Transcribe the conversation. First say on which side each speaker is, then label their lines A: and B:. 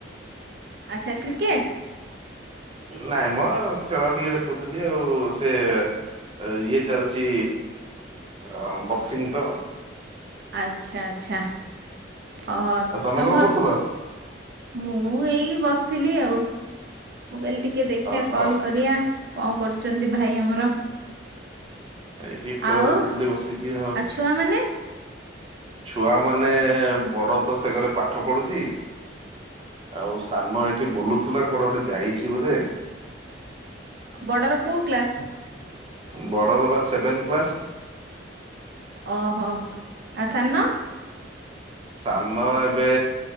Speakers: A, on the right (about 55°); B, on the right (about 30°).
A: ଆଚ୍ଛା କ୍ରିକେଟ୍?
B: ନାଇଁ ମ ଖେଳ ଟିକେ ଦେଖୁଥିଲି ଆଉ ସେ ଇଏ ଚାଲିଚି ଅ-ବକ୍ସିଂ ତ।
A: ଆଚ୍ଛା ଆଚ୍ଛା ଓହୋ
B: ଆଉ
A: ତମେ
B: କଣ
A: ଭଲ୍
B: କରୁଥିଲ?
A: ମୁଁ ଏଇ ବସିଥିଲି ଆଉ। ମୁଁ କହିଲି ଟି ଟିକେ ଦେଖିଆ
B: ଓହୋ
A: କଲ୍ କରିଆ କଣ୍ କରୁଚନ୍ତି ଭାଇ ଆମର।
B: ଏ ଟିକେ ଖେଳ
A: ଆଉ
B: ଦେଖୁଥିଲି ବସିକି ଆଉ।
A: ଛୁଆ ମାନେ
B: ଛୁଆ ମାନେ ବଡ ତ ସେ ଘରେ ପାଠ ପଢୁଚି। ଆଉ ସାନ ଏଠି ବୁଲୁଥିଲା କୁଆଡେ ଗୋଟେ ଯାଇଚି ବୋଧେ।
A: ବଡର କଉ କ୍ଲାସ୍?
B: ବଡର ବା ସେଭେନ୍ କ୍ଲାସ୍।
A: ଓହୋ ଆ ସାନ?
B: ସାନ ଏବେ